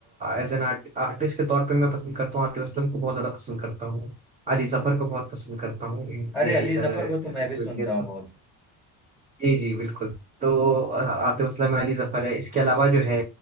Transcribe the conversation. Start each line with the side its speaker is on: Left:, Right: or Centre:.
Right: एज एन आर्टिस्ट के तौर पे मैं पसंद करता हूँ आतिफ असलम को बहुत ज्यादा पसंद करता हूँ अली जफर को बहुत पसंद करता हूँ इन-
Centre: अरे
Right: ये
Centre: अली
Right: इधर
Centre: जफर
Right: अ,
Centre: को तो
Right: जो
Centre: मैं भी सुनता
Right: इंडियन
Centre: हूँ बहुत
Right: जी जी बिल्कुल तो अ, आतिफ असलम अली जफर है इसके अलावा जो है